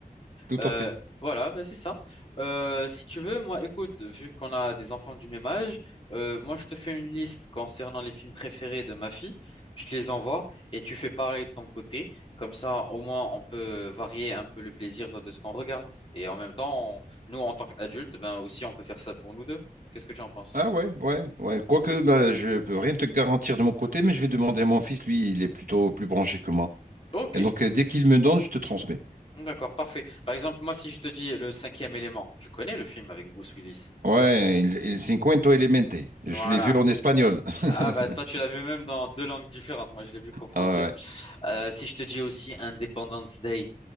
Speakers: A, on the right; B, on the left.
A: tout
B: Euh,
A: à fait.
B: voilà, bah, c'est ça. Euh, si tu veux, moi, écoute, vu qu'on a des enfants du même âge, euh, moi, je te fais une liste concernant les films préférés de ma fille. Je te les envoie et tu fais pareil de ton côté. Comme ça, au moins, on peut varier un peu le plaisir de ce qu'on regarde. Et en même temps, on- nous, en tant qu'adultes, ben aussi, on peut faire ça pour nous deux. Qu'est-ce que tu en penses?
A: Ah ouais, ouais, ouais. Quoique, bah, je peux rien te garantir de mon côté, mais je vais demander à mon fils, lui, il est plutôt plus branché que moi.
B: Ok,
A: Et donc, euh, dès qu'il me donne, je te transmets.
B: d'accord, parfait. Par exemple, moi, si je te dis Le Cinquième Élément, tu connais le film avec Bruce Willis?
A: Ouais, il, il cinquento elemente. Je
B: Voilà.
A: l'ai vu en espagnol. <laughs>
B: Ah, bah, toi, tu l'as vu même dans deux langues différentes. Moi, je l'ai vu qu'en français.
A: Ah ouais. ouais.
B: Euh, si je te dis aussi Independence Day,